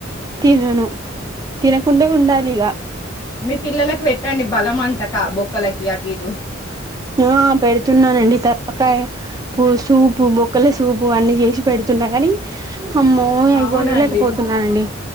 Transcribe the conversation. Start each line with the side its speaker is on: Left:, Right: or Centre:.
Right: తినను తినకుండా ఉండాలిగ
Left: మీ పిల్లలకు వెట్టండి బలం అంటక క బొక్కలకి అటు ఇటు
Right: ఆ పెడుతున్నానండి త కాయ పు సూపు బొక్కల సూపు అన్నీ చేసి పెడుతున్నా గానీ అమ్మో ఐ
Left: అవునండి.
Right: వండ లేకపోతున్నానండి